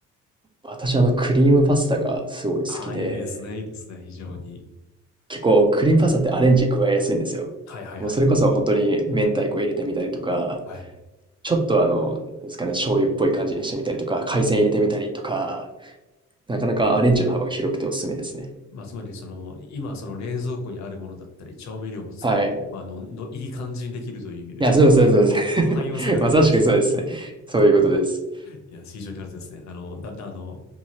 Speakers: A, on the right (about 15°); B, on the left (about 65°).
A: 私、あの、クリームパスタがすごい好きで、
B: ああ、いいですね。いいですね。非常に。
A: 結構、クリームパスタってアレンジ加えやすいんですよ。
B: はいはいはい。
A: もう、それこそ本当に明太子入れてみたりとか、
B: はい。
A: ちょっとあの、なんですかね、醤油っぽい感じにしてみたりとか、海鮮入れてみたりとか、なかなかアレンジの幅が広くておすすめですね。
B: まあ、つまり、その、今、その冷蔵庫にあるものだったり、調味料を使って、
A: はい。
B: まあ、あの、の、いい感じにできるという意味で、
A: いや、そうです、そうです、そうです。
B: 汎用性があるって意味ですね。
A: <laughs> まさしくそうですね。そういうことです。
B: いや、非常にあれですね。あの、だ、だあの、